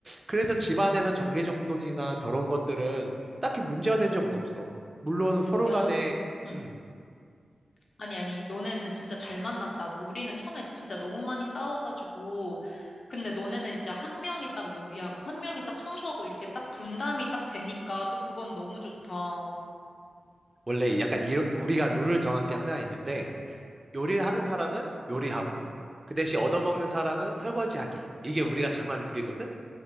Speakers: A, on the right; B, on the left.
A: 그래서 집안에서 정리정돈이나 더러운 것들은 딱히 문제가 된 적은 없어. 물론 서로
B: 야,
A: 간에,
B: 너 응.
A: 음,
B: 아니, 아니, 너네는 진짜 잘 만났다고. 우리는 처음에 진짜 너무 많이 싸워가지고. 근데 너네는 이제 한 명이 딱 요리하고, 한 명이 딱 청소하고, 이렇게 딱 분담이 딱 되니까 또 그건 너무 좋다.
A: 원래 약간 이- 우리가 룰을 정한 게 하나 있는데, 요리를 하는 사람은 요리하고, 그 대신 얻어먹는 사람은 설거지하기. 이게 우리가 정한 룰이거든?